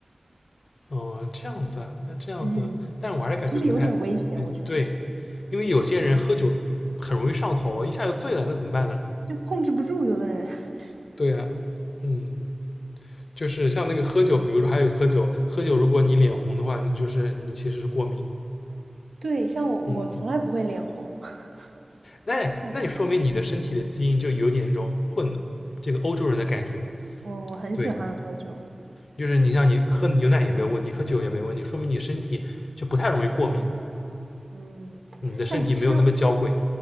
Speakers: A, on the left (about 80°); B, on the right (about 80°).
A: 哦，这样子啊，那这样子，
B: 嗯，
A: 但是我还是感觉不太，
B: 其实有点危险，
A: 哎，
B: 我觉得
A: 对，因为有些人喝酒很容易上头，一下就醉了，那怎么办呢？
B: 就控制不住有的人。<laughs>
A: 对啊，嗯，就是像那个喝酒，比如说还有喝酒，喝酒如果你脸红的话，那就是你其实是过敏。
B: 对，像我，我从来不会脸红，
A: 嗯，
B: <laughs>
A: 那那你说明你的身体的基因就有点那种混这个欧洲人的感觉。
B: 但我我很喜欢喝酒，
A: 对，就是你像你喝牛奶也没有问题，喝酒也没问题，说明你身体就不太容易过敏，
B: 嗯，
A: 你的身体没有那么娇贵。
B: 但其实